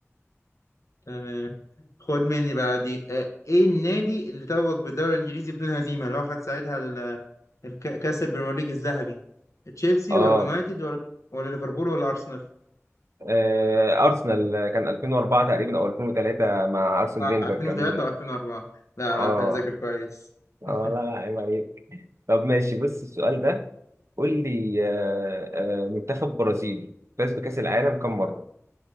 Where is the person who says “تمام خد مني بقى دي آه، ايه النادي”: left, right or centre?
Left